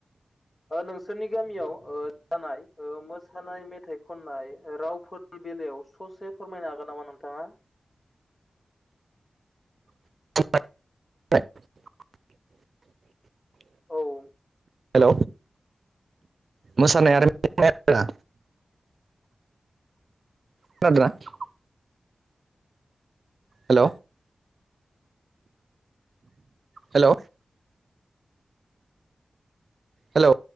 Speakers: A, on the left; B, on the right.
A: ओ नोंसोरनि गामियाव ओ जानाय ओ मोसानाय मेथाइ खननाय रावफोरनि बेलायाव ससे फोरमायनो हागोन नामा नोंथाङा?
B: <unintelligible>
A: औ
B: हेल' मोसानाय आरो <unintelligible> खोनादोंना? हेल' हेल' हेल'